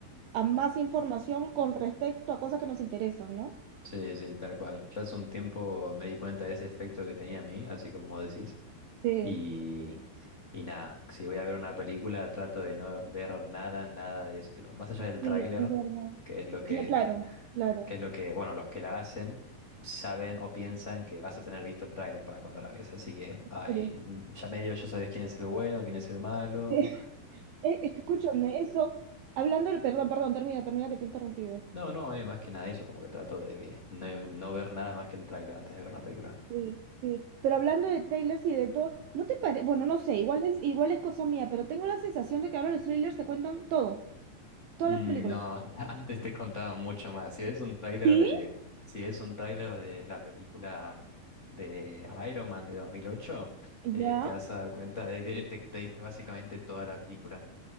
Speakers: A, on the right; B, on the left.
A: a más información con respecto a cosas que nos interesan, ¿no?
B: Sí, sí, tal cual. Ya hace un tiempo me di cuenta de ese efecto que tenía a mí, así como vos decís.
A: Sí,
B: Y, y nada, si voy a ver una película, trato de no ver nada, nada de eso. Tipo, más allá del
A: sí,
B: tráiler,
A: es verdad.
B: que es lo que,
A: Cla- claro, claro.
B: que es lo que, bueno, los que la hacen saben o piensan que vas a tener visto el tráiler para cuando la ves. Así que ay,
A: Sí.
B: mm, ya medio ya sabes quién es el bueno, quién es el malo.
A: <laughs> Eh, Escúchame, eso, hablando, perdón, perdón, termina, termina que te he interrumpido.
B: No, no, es más que nada eso, como que trato de que no, no ver nada más que el tráiler antes de ver una película.
A: Sí, sí, pero hablando de trailers y de todo, ¿no te parece? Bueno, no sé, igual es, igual es cosa mía, pero tengo la sensación de que ahora los trailers te cuentan todo, toda
B: Mm,
A: la película.
B: No, <laughs> antes te contaba mucho más. Si ves un tráiler
A: Sí,
B: de, si ves un tráiler de la película de Iron Man de 2008,
A: ya.
B: eh, te vas a dar cuenta de que te, te dice básicamente toda la película.